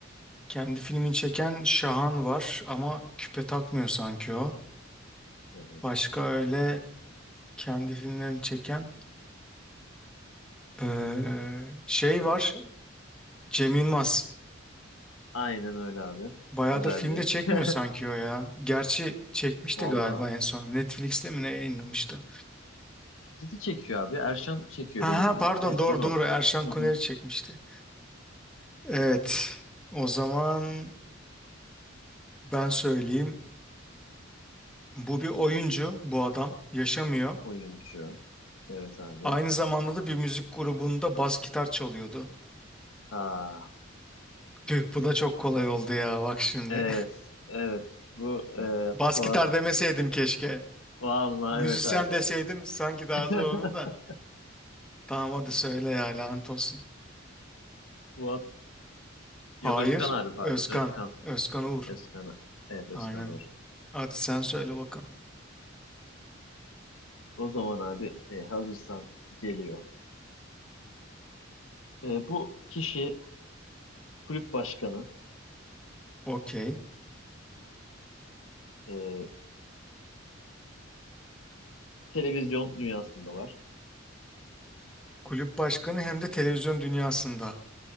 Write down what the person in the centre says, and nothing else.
Kendi filmini çeken Şahan var ama küpe takmıyor sanki o.
Başka öyle kendi filmlerini çeken Ee, şey var Cem Yılmaz.
Bayağıdır
filmde çekmiyor
sanki o ya. Gerçi çekmişti
galiba en son. Netflix'te mi ne yayınlamıştı?
Aha
pardon
doğru
doğru Erşan
Kuneri
çekmişti. Evet o zaman ben söyleyeyim. Bu bir oyuncu bu adam yaşamıyor.
Aynı zamanda da bir müzik grubunda bas gitar çalıyordu.
Tüh bu da çok kolay oldu ya bak şimdi.
<laughs>
Bas
gitar demeseydim keşke.
Müzisyen
deseydim
sanki daha
zor olurdu da. Tamam hadi söyle ya lanet olsun.
Hayır.
Özkan.
Özkan Uğur.
Aynen.
Hadi sen söyle bakalım.
Okey.
Kulüp başkanı hem de televizyon dünyasında.